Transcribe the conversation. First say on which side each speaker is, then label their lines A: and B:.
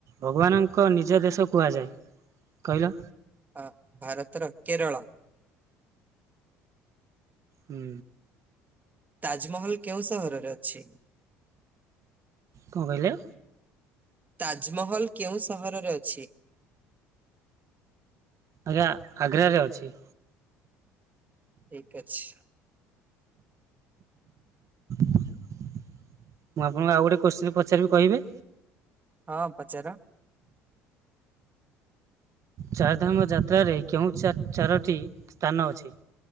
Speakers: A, on the right; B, on the right.
A: ଭଗବାନଙ୍କ ନିଜ ଦେଶ କୁହାଯାଏ? କହିଲ?
B: ଅ ଭାରତର କେରଳ।
A: ହୁଁ।
B: ତାଜମହଲ କେଉଁ ସହରରେ ଅଛି?
A: କଁ କହଲେ?
B: ତାଜମହଲ କେଉଁ ସହରରେ ଅଛି?
A: ଆଜ୍ଞା ଆଗ୍ରାରେ ଅଛି।
B: ଠିକ୍ ଅଛି।
A: ମୁଁ ଆପଣଙ୍କୁ ଆଉ ଗୋଟେ କୋଶ୍ଚିନ୍ ପଚାରିବି କହିବେ?
B: ହଁ ପଚାର।
A: ଚାରିଧାମ ଯାତ୍ରାରେ କେଉଁ ଚାରୋଟି ସ୍ଥାନ ଅଛି।